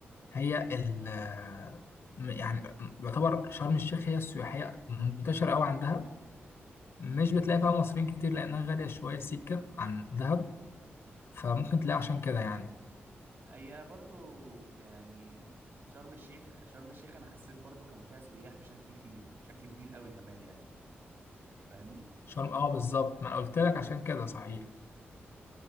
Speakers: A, on the left; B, on the right.
A: هي ال م- يعني يعتبر شرم الشيخ هي السياحيه منتشره قوي عن دهب مش بتلاقي فيها مصريين كتير لانها غاليه شويه سيكه عن دهب فممكن تلاقي عشان كده يعني
B: اي برضو يعني شرم الشيخ شرم الشيخ انا حسيت برضو كان فيها سياح بشكل كتير بشكل كبير قوي كمان يعني فاهمني
A: شرم اه بالظبط ما أنا قلت لك عشان كده صحيح